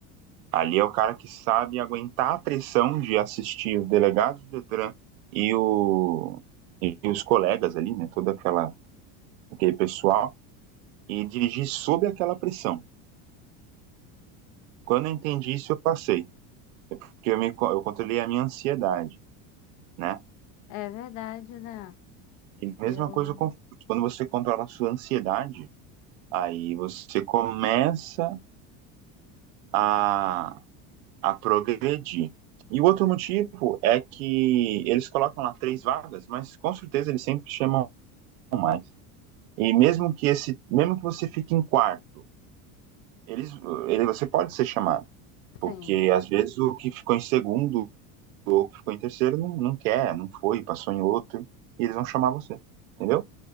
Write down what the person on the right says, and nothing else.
Ali é o cara que sabe aguentar a pressão de assistir os delegados do Detran e, o, e os colegas ali, né? Todo aquela, aquele pessoal, e dirigir sob aquela pressão. Quando eu entendi isso, eu passei. É porque eu, me, co- eu controlei a minha ansiedade, né?
E mesma
coisa com quando você controla a sua ansiedade, aí você começa a, a progredir. E o outro motivo é que eles colocam lá três vagas, mas com certeza eles sempre chamam mais. E mesmo que esse, mesmo que você fique em quarto, eles, ele, você pode ser chamado, porque
às vezes o que ficou em segundo ou o que ficou em terceiro não, não quer, não foi, passou em outro, e eles vão chamar você, entendeu?